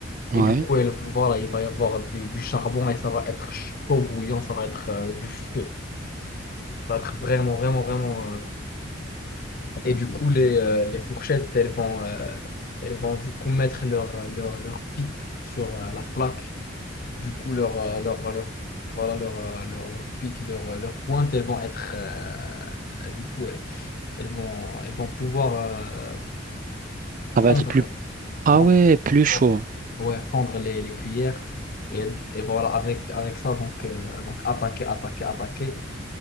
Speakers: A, on the left; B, on the right.
A: Et
B: ouais.
A: du coup, elle, voilà, il va y avoir du, du charbon et ça va être chaud bouillant, ça va être euh, du feu. Ça va être vraiment, vraiment, vraiment. euh, Et du coup, les, euh, les fourchettes, elles vont, euh, elles vont du coup mettre leur, leur, leur pic sur euh, la plaque. Et du coup, leur, euh, leur, leur, voilà, leur, euh, leur, leur pic, leur, euh, leur pointe, elles vont être. euh, du coup, elles, elles vont, elles vont pouvoir euh, fendre,
B: Ça va être plus... Ah
A: fendre,
B: ouais, plus chaud.
A: fendre- ouais, fondre les, les cuillères. Et, et voilà, avec, avec ça, donc, euh, donc attaquer, attaquer, attaquer.